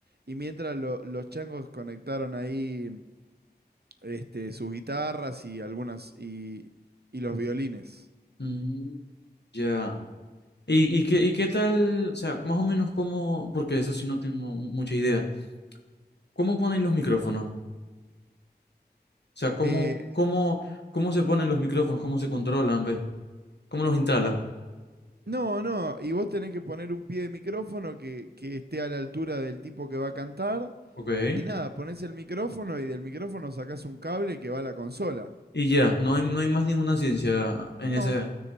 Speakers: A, on the right; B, on the left.
A: y mientras lo- los changos conectaron ahí este, sus guitarras y algunas y, y los violines.
B: Mm, ya. ¿Y, y qué, y qué tal? O sea, más o menos cómo, porque eso sí no tengo mucha idea. ¿Cómo ponen los micrófonos? O sea, ¿cómo,
A: Eh,
B: cómo, cómo se ponen los micrófonos? ¿Cómo se controlan, ve? ¿Cómo los instala?
A: no, no, y vos tenés que poner un pie de micrófono que, que esté a la altura del tipo que va a cantar.
B: Ok.
A: Y nada, pones el micrófono y del micrófono sacás un cable que va a la consola.
B: Y ya, no hay, no hay más ninguna ciencia en
A: No.
B: ese.